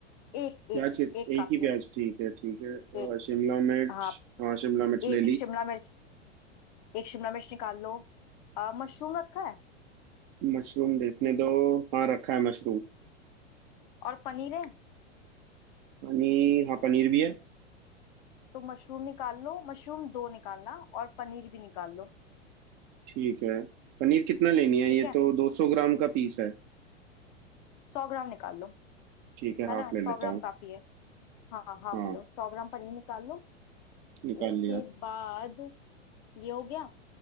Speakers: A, on the left; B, on the right.
A: एक
B: प्याज
A: एक
B: कित-
A: एक
B: एक
A: काफी
B: ही प्याज
A: है
B: ठीक है ठीक है अ,
A: एक
B: शिमला मिर्च
A: हाँ
B: हाँ शिमला मिर्च
A: एक
B: ले ली
A: शिमला मिर्च एक शिमला मिर्च निकाल लो अ, मशरूम रखा है
B: मशरूम देखने दो हाँ रखा है मशरूम
A: और पनीर है
B: पनीर हाँ पनीर भी है
A: तो मशरूम निकाल लो मशरूम दो निकालना और पनीर भी निकाल लो
B: ठीक है पनीर कितना लेनी है
A: ठीक
B: ये
A: है
B: तो 200 ग्राम का पीस है
A: सौ ग्राम निकाल लो
B: ठीक है
A: है
B: हाफ
A: ना सौ
B: ले लेता
A: ग्राम
B: हूँ
A: काफी है हाँ हाफ
B: हाँ
A: लो सौ ग्राम पनीर निकाल लो
B: निकाल
A: उसके
B: लिया
A: बाद ये हो गया